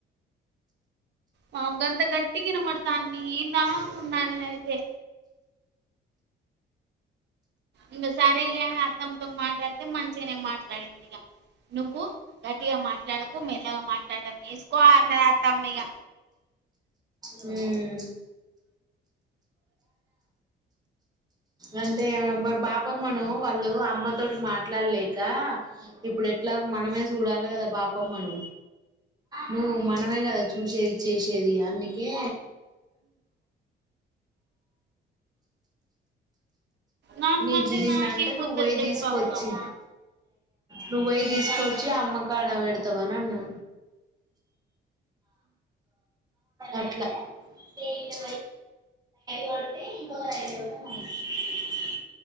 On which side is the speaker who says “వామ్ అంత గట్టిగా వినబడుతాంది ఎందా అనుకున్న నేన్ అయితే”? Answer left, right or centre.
Right